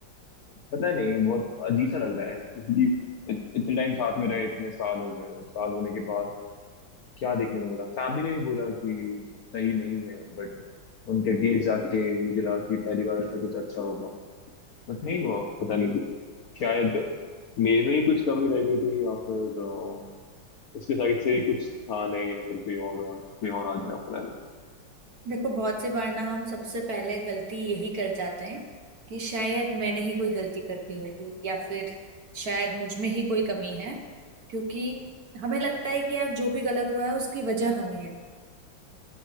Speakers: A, on the left (about 65°); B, on the right (about 55°).
A: पता नहीं बहुत अजीब सा लग रहा है जैसे कि इत, इतने टाइम साथ में रहे इतने साल हो गए साल होने के बाद क्या देखने को मिला फैमिली ने भी बोला कि सही नहीं है बट उनके अगेंस्ट जाके मुझे लगा कि पहली बार ऐसा कुछ अच्छा होगा बट नहीं हुआ पता नहीं क्यों शायद मेरे में ही कुछ कमी रह गई थी या फिर अ, उसके साइड से ही कुछ था नहीं या फिर कोई और कोई और आ गया पता नहीं
B: देखो बहुत सी बार ना हम सबसे पहले गलती यही कर जाते हैं कि शायद मैंने ही कोई गलती कर दी होगी या फिर शायद मुझ में ही कोई कमी है क्योंकि हमें लगता है कि यार जो भी गलत हुआ है उसकी वजह हमें है